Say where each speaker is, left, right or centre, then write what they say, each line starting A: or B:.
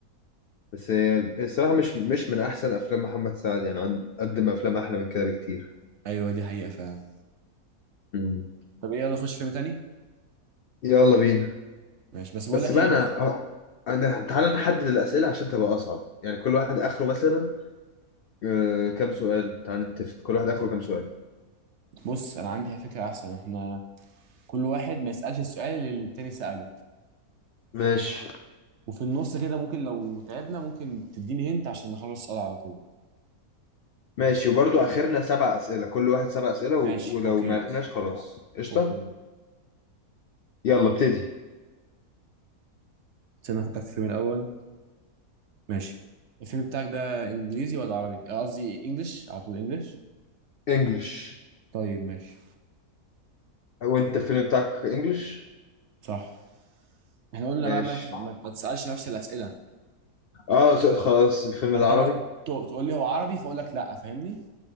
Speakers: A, on the left; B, on the right.
A: بس هي الصراحه مش مش من احسن افلام محمد سعد يعني عند قدم افلام احلى من كده بكتير
B: ايوه دي حقيقه فعلا
A: مم.
B: طب يلا نخش فيلم تاني
A: يلا بينا
B: ماشي بس بقول
A: بس
B: لك
A: بقى
B: ايه
A: انا أنا- تعالى نحدد الاسئله عشان تبقى اصعب يعني كل واحد اخره مثلا آه، كام سؤال تعال نتفق كل واحد اخره كام سؤال
B: بص انا عندي فكره احسن احنا كل واحد ما يسالش السؤال اللي التاني ساله
A: ماشي
B: وفي النص كده ممكن لو تعبنا ممكن تديني هنت عشان نخلص السؤال على طول
A: ماشي وبرضو اخرنا سبع اسئله كل واحد سبع اسئله
B: ماشي
A: و... ولو
B: اوكي
A: ما عرفناش خلاص قشطه
B: اوكي
A: يلا ابتدي
B: استنى افكر في الفيلم الاول ماشي الفيلم بتاعك ده انجليزي ولا عربي آه، قصدي انجلش على طول انجلش
A: انجلش
B: طيب ماشي
A: وانت الفيلم بتاعك انجلش
B: صح احنا قلنا
A: ماشي
B: بقى ما ت- ما ما تسألش نفس الأسئلة
A: اه س- خلاص الفيلم
B: فأنت
A: ده عربي
B: بقى ت- تقول لي هو عربي فأقول لك لأ فاهمني